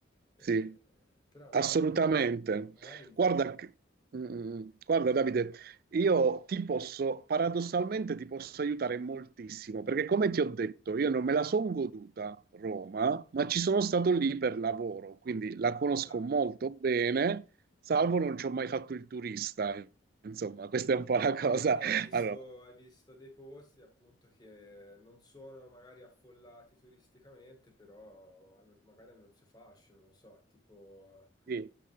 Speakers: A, on the left (about 20°); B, on the right (about 50°).
A: eh,
B: Sì,
A: però non
B: assolutamente.
A: lo so, ma... Magari in
B: Guarda, che- mm, mm, mm, guarda
A: sì.
B: Davide, io ti posso, paradossalmente ti posso aiutare moltissimo, perché come ti ho detto, io non me la sono goduta Roma, ma ci sono stato lì per lavoro, quindi la conosco
A: No.
B: molto bene, salvo non ci ho mai fatto il turista. Insomma, questa è un po'
A: Però
B: la cosa.
A: magari hai visto,
B: Allora,
A: hai visto dei posti appunto che non sono magari affollati turisticamente, però hanno- magari hanno il suo fascino, non so, tipo
B: sì,